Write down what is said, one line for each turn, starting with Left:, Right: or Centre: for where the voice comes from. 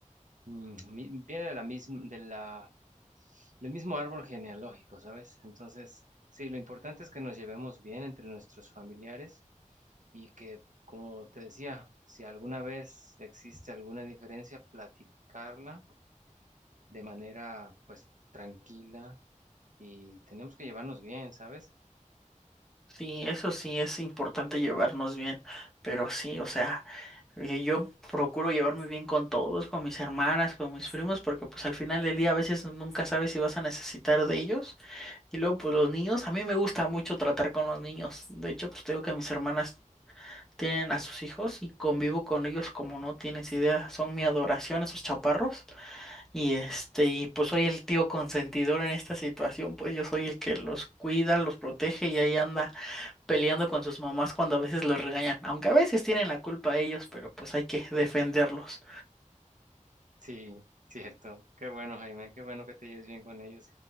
Right: mm, mi- viene de la misma, de la, del mismo árbol genealógico, ¿sabes? Entonces, sí, lo importante es que nos llevemos bien entre nuestros familiares y que, como te decía, si alguna vez existe alguna diferencia, platicarla de manera, pues, tranquila y tenemos que llevarnos bien, ¿sabes?
Centre: Sí, eso sí es importante llevarnos bien, pero sí, o sea, eh, yo procuro llevarme bien con todos, con mis hermanas, con mis primos, porque pues al final del día a veces nunca sabes si vas a necesitar de ellos. Y luego pues los niños, a mí me gusta mucho tratar con los niños. De hecho, pues te digo que mis hermanas tienen a sus hijos y convivo con ellos como no tienes idea, son mi adoración esos chaparros y este y pues soy el tío consentidor en esta situación, pues yo soy el que los cuida, los protege y ahí anda peleando con sus mamás cuando a veces los regañan, aunque a veces tienen la culpa ellos, pero pues hay que defenderlos.
Right: Sí, cierto. Qué bueno, Jaime, qué bueno que te lleves bien con ellos.